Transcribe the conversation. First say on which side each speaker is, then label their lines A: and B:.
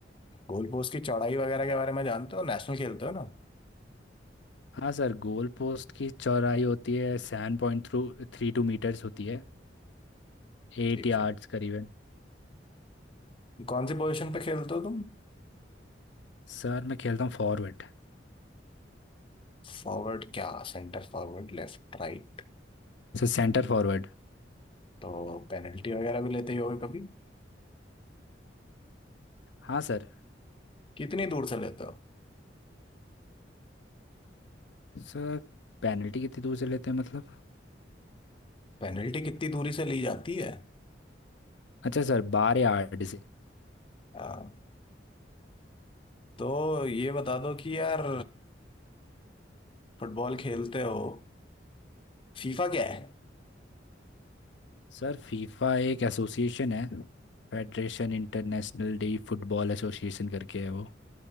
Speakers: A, on the left; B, on the left.
A: गोल पोस्ट की चौड़ाई वगैरह के बारे में जानते हो नेशनल खेलते हो ना
B: हाँ सर गोल पोस्ट की चौड़ाई होती है सेवन पॉइंट थ्रू थ्री टू मीटर्स होती है एट
A: ठीक
B: यार्ड्स
A: है
B: करीबन
A: कौन सी पोजीशन पे खेलते हो तुम
B: सर मैं खेलता हूँ फॉरवर्ड
A: फॉरवर्ड क्या सेंटर फॉरवर्ड लेफ्ट राइट
B: Sir centre forward
A: तो पेनल्टी वगैरह भी लेते ही होगे कभी
B: हाँ सर
A: कितनी दूर से लेते हो
B: सर पेनल्टी कितनी दूर से लेते हैं मतलब
A: पेनल्टी कितनी दूरी से ली जाती है
B: अच्छा सर बारह यार्ड से
A: हाँ, तो ये बता दो कि यार फुटबॉल खेलते हो फीफा क्या है
B: सर फीफा एक एसोसिएशन है federation international de football association करके है वो